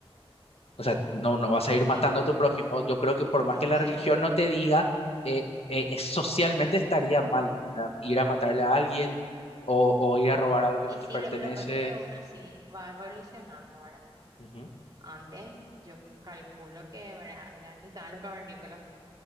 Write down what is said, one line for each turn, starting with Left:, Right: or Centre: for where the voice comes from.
Left: O
Right: sí,
Left: sea,
Right: no,
Left: no, no
Right: está,
Left: vas a ir
Right: sí,
Left: matando a tu prójimo. Yo creo que por más
Right: no
Left: que
Right: podés.
Left: la religión no te diga, eh, eh, es- socialmente estaría mal, ¿verdad? Ir a matarle a alguien o, o ir a robar algo que
Right: Y
Left: no te
Right: sí,
Left: pertenece.
Right: lo, lo que pasa es que uno sí va evolucionando, ¿verdad?
Left: Ujú,
Right: Antes yo calculo que, ¿verdad? Eran, estaban los cavernícolas.